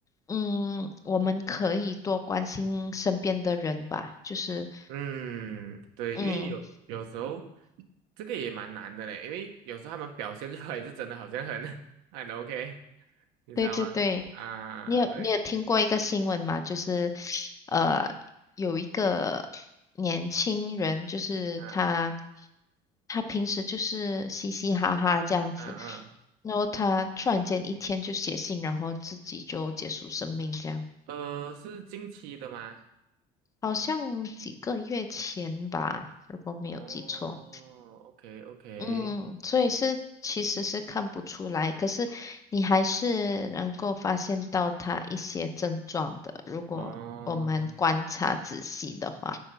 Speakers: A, on the left; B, on the right.
A: 嗯，我们可以多关心身边的人吧，就是，
B: 嗯，对，
A: 嗯，
B: 因为有有时候这个也蛮难的嘞，因为有时候他们表现出来就真的好像很 <laughs> 很 OK，你知道吗？
A: 对对对。
B: 啊，
A: 你有你有听过一个新闻吗？
B: 对，
A: 就是呃，有一个年轻人，就是他
B: 嗯
A: 他平时就是嘻嘻哈哈这样子，
B: 嗯嗯，
A: 然后他突然间一天就写信，然后自己就结束生命这样，
B: 呃，是近期的吗？
A: 好像几个月前吧，如果没有记错。
B: 哦，OK OK，
A: 嗯，所以是其实是看不出来，可是你还是能够发现到他一些症状的，如果我们观察仔细的话。
B: 哦，